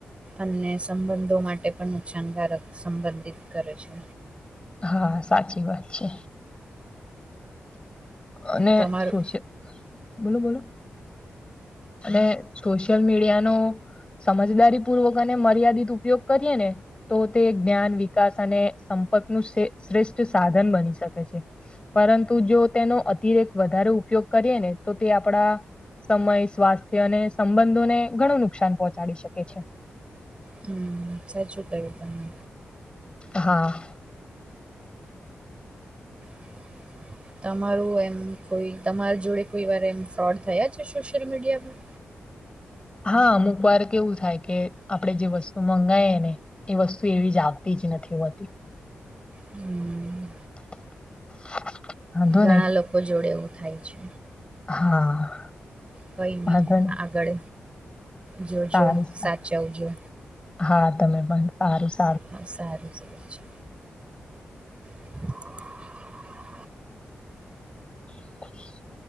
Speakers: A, on the right; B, on the left.
A: અને સંબંધો માટે પણ નુકસાનકારક સંબંધિત કરે છે
B: હા સાચી વાત છે. અને
A: તમારું
B: શું છે, બોલો બોલો. અને સોશિયલ મીડિયાનો સમજદારી પૂર્વક અને મર્યાદિત ઉપયોગ કરીએ ને. તો તે જ્ઞાન વિકાસ અને સંપર્ક ન શ્રેષ્ઠ સાધન બની શકે છે. પરંતુ જો તેનો અતિરેક વધારે ઉપયોગ કરીએ ને તો તે આપણા સમય સ્વાસ્થ્ય અને સંબંધોને ઘણું નુકસાન પહોંચાડી શકે છે.
A: હમ સાચું કર્યું તને.
B: હા.
A: <inaudible> તમારું એમ કોઈ તમારા જોડે કોઈ વાર એમ ફ્રોડ થયા છે સોશિયલ મીડિયા માં?
B: હા અમુક વાર કેવું થાય કે આપણેે જે વસ્તુ મંગાઈ ને. એ વસ્તુ એવી જાગતી જ નથી હોતી.
A: હમ.
B: <inaudible>
A: ઘણા
B: નહી.
A: લોકો જોડે એવું થાય છે.
B: હા.
A: કઈ
B: વાંધો
A: નઈ
B: નહી
A: આગળ જોજો
B: સારું સારું
A: સાચવજો.
B: હા તમે પણ સારું છે.
A: હ સારુ સ છે. <inaudible>
B: <inaudible>